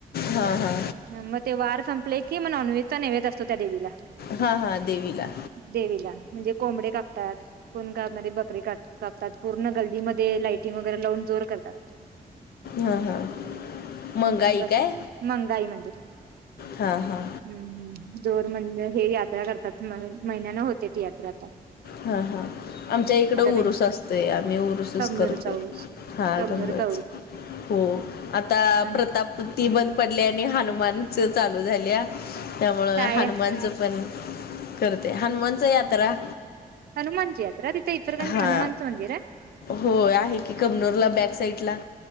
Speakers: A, on the left (about 85°); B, on the right (about 80°).
A: हा हा
B: मग ते वार संपले की मग नॉनव्हेजचा नैव्हेद असतो त्या देवीला
A: हा हा देवीला
B: देवीला म्हणजे कोंबडे कापतात कोण गमध्ये बकरी का कापतात पूर्ण गल्दीमध्ये लायटिंग वगैरे लावून जोर करतात
A: हा हा मंगाई
B: बक
A: काय
B: मंगाई म्हणजे
A: हा हा
B: हम्म हम् जोर मंद हे यात्रा करतात महिन्यान होते ती यात्रा आता
A: हा हा आमच्या इकड
B: आता
A: उरुस
B: त्यांची
A: असते आम्ही उरुसच
B: कबनूर
A: करते
B: चौस
A: हा
B: कबनूर
A: गबच
B: चौल
A: हो आता
B: आणि
A: प्रताप ती बंद पडली आणि हनुमानच चालू झाल्या त्यामुळं
B: काय
A: हनुमानचं पण करते हनुमानच यात्रा
B: हनुमानचीी याता ति त्या इतर कनक
A: हा
B: हनुमानच मंदिरा
A: हो आहे की कमनोरला बॅक साईड ला